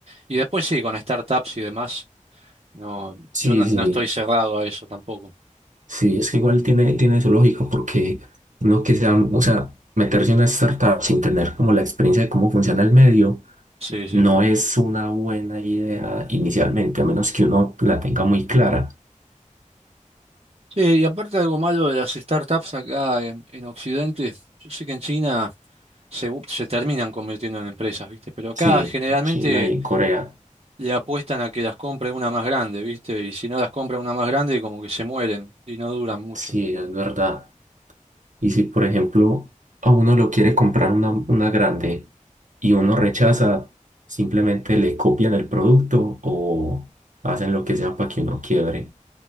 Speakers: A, on the right; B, on the right.
A: Y después sí, con startups y demás, no,
B: Sí,
A: yo no, no
B: sí.
A: estoy cerrado a eso tampoco.
B: Sí, es que igual tiene, tiene su lógica, porque uno que sea, o sea, meterse en una startup sin tener como la experiencia de cómo funciona el medio,
A: Sí, sí.
B: no es una buena idea inicialmente, a menos que uno la tenga muy clara.
A: Sí, y aparte algo malo de las startups acá en, en Occidente, yo sé que en China se, bu- se terminan convirtiendo en empresas, ¿viste? Pero acá
B: Sí,
A: generalmente
B: China y en Corea,
A: le apuestan a que las compre una más grande, ¿viste? Y si no las compra una más grande, como que se mueren y no duran mucho.
B: sí, es verdad. Y si, por ejemplo, a uno lo quiere comprar una, una grande y uno rechaza, simplemente le copian el producto o hacen lo que sea para que uno quiebre.